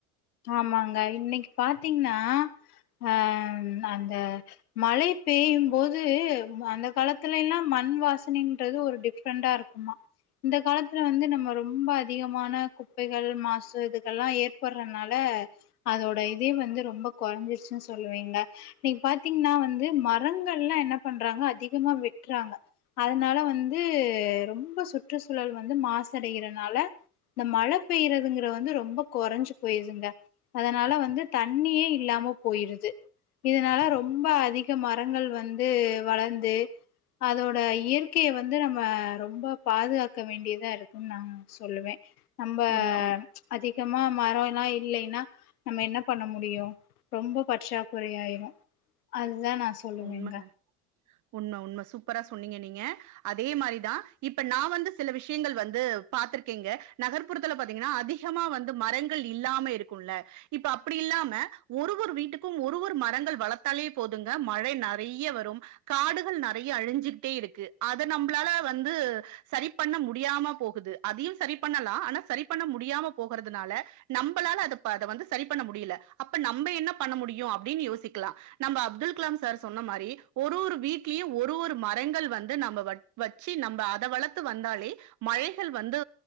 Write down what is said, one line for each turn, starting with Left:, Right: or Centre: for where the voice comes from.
Left: ஆமாங்க இன்னைக்கு பாத்தீங்கன்னா அஹ் அந்த மழை பெய்யும் போது அந்த காலத்துல எல்லாம் மண் வாசனைன்றது ஒரு டிஃப்ரெண்டா இருக்குமா இந்த காலத்துல வந்து நம்ம ரொம்ப அதிகமான குப்பைகள் மாசு இதுக்கு எல்லாம் ஏற்பர் றன்னால அதோட இதே வந்து ரொம்ப குறஞ்சிச்சுன்னு சொல்லுவேங்க இன்னைக்கு பாத்தீங்கன்னா வந்து மரங்கள் எலா என்ன பண்றாங்க அதிகமா வெட்றாங்க அதனால வந்து ரொம்ப சுற்றுசூழல் வந்து மாசடையிறனால இந்த மழ பெய்றதுங்கிற வந்து ரொம்ப குறைஞ்சு போயுதுங்க அதனால வந்து தண்ணியே இல்லாம போயிருது இதனால ரொம்ப அதிக மரங்கள் வந்து வளர்ந்து அதோட இயற்கைய வந்து நம்ம ரொம்ப பாதுகாக்க வேண்டியதா இருக்கு நான் சொல்லுவே நம்ம
Right: உண்ம உண்
Left: ச்சு அதிகமா மரறோ னா இல்லைன்னா நம்ம என்ன பண்ண முடியு ரொம்ப பற்றாக்குறை ஆயிறு அ அதான் நான் சொல்லுவேங்க
Right: உண்ம. உண்ம உண்ம சூப்பரா சொன்னீங்க நீங்க அதே மாரிதான் இப்ப நான் வந்து சில விஷயங்கள் வந்து பாத்திருக்கேங்க நகர்ப்புறத்துல பாத்தீங்கன்னா அதிகமா வந்து மரங்கள் இல்லாம இருக்கும்ல இப்ப அப்படி இல்லாம ஒரு ஒரு வீட் க்கும் ஒரு ஒரு மரங்கள் வளர்த்தாலே போதுங்க ங்க மழை நறைய வரும் காடுகள் நறைய அழிஞ்சிட்டே இருக்கு அத நம்பளால வந்து செரி பண்ண முடியாம போகுது அதியும் செரி பண்ணலாம் ஆனா சரி பண்ண முடியாம போகறதுனால நம்மளால அத ப பண்ண முடியல அப்ப நம்ம என்ன பண்ண முடியு அப்டின்னு யோசிக்கலா நம்ம அப்துல் க்கலாம் சார் சொன்ன மாரி ஒரு ஒரு வீட்லியும் ஒரு ஒரு மரங்கள் வந்து நம்ம வ வச்சு நம்ப அத வளத்து வந்தாலே மழைகள் வந்து